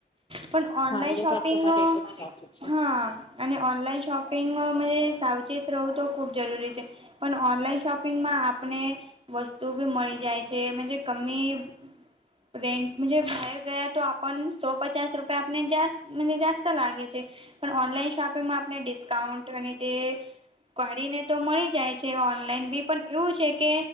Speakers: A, on the right; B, on the left.
A: પણ ઓનલાઈન
B: હા એ
A: શોપિંગ
B: વાત તમારી એકદમ સાચી છે.
A: હા. હા અને ઓનલાઈન શોપિંગ મા સાવચેત રહું તો ખૂબ જરૂરી છે. પણ ઓનલાઈન શોપિંગમાં આપણે. વસ્તુ બી મળી જાય છે, <unintelligible> રેન્ટ મુજબ જે બહાર ગયા તો આપન સો પચાસ રૂપિયા આપને જ્યા મ જાસ્ત લાગે છે, પણ ઓનલાઈન શોપિંગમાં આપણે ડિસ્કાઉન્ટ અને તે. કાઢીને તો મળી જાય છે, ઓનલાઈન બી પણ એવું છે, કે